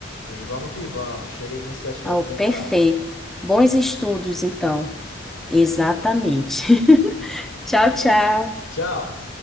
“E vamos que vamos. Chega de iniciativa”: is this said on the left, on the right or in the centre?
Left